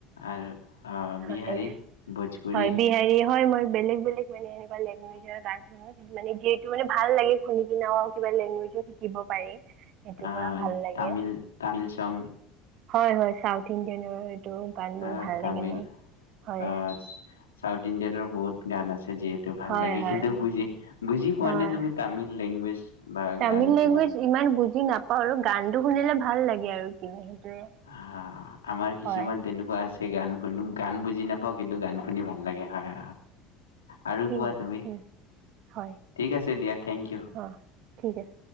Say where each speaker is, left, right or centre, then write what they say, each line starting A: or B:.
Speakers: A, on the left; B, on the right.
A: আৰু আহ
B: হয়
A: বিহাৰী, ভোজপুৰী,
B: হয় বিহাৰী হয় মই বেলেগ বেলেগ মানে এনেকুৱা লেংগুৱেজৰ গান শুনো মানে যিহেতু মান ভাল লাগে শুনি কিনেও কিবা লেংগুৱেজো শিকিব পাৰি। সেইটোৰ
A: আহ
B: পৰা ভাল লাগে
A: তামিল তামিল চং
B: হয় হয় সাউথ ইণ্ডিয়ান তটো গানবোৰ
A: আহ
B: ভাল
A: তামিল
B: লাগে মোক হয়।
A: আহ চাউথ ইণ্ডিয়াতৰ বহুত গান আছে। যিহেতু ভাল
B: হয়
A: লাগে
B: হয়
A: কিন্তু বুজি বুজি পোৱা
B: হয়
A: নে তুমি তামিল লেংগুৱেজ? বা
B: তামিল
A: গান কিবা?
B: লেংগুৱেজ ইমান বুজি বুজি নাপাওঁ আৰু গানটো শুনিলে ভাল লাগে আৰু কি সেইটোৱে
A: অ' আমাৰ কিছুমান
B: হয়
A: তেনেকুৱা আছে সেই গান শুনো গান বুজি নাপ কিন্তু গান শুনি ভাল লাগে হয়, আৰু
B: ঠিক
A: কোৱা
B: আছে
A: তুমি।
B: উম, হয়
A: ঠিক আছে দিয়া থেংক ইউ।
B: অ ঠিক আছে